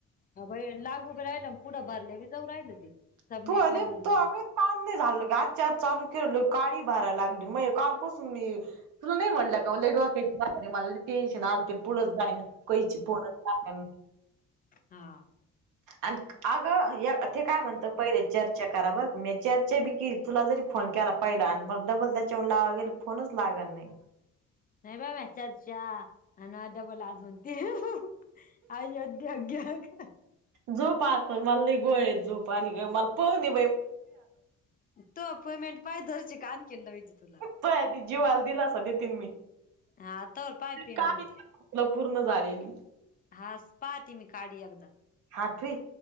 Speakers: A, on the left (about 30°); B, on the right (about 90°).
A: ह बई लागू बी राहिल पुढं भरले बी जाऊ राहिलं <unintelligible>
B: <inaudible> काम
A: म्हणून लगे
B: नाही झालं आजच्या आज चालू केलं गाडी भारायला लागली मग कालपासून मी तुला नाही म्हटलं का डोक्याची बाहेर मला टेन्शन आलते पुढचं जायना कैची पुढचं जायना.
A: हा
B: आणि अगं या ते काय म्हणतं पहिले चर्चा करा बरं का मी चर्चा बी कीली तुला जरी फोन केला पहिला आणि मग डबल त्याच्या लावाला गेले फोनच लागलं नाही.
A: <inaudible> <inaudible>
B: झोपा आता मला लय गोळ्यानी झोप आली ग मला पडू दे
A: तो अपॉइंटमेंट पाय दरची काल केलंत मी <unintelligible>
B: तुझ्या जीवाला दिलासा देते मी
A: हा तर पाय पेमेंट
B: काय तुला
A: ती
B: पूर्ण झालेली.
A: <inaudible>
B: हा ठेव.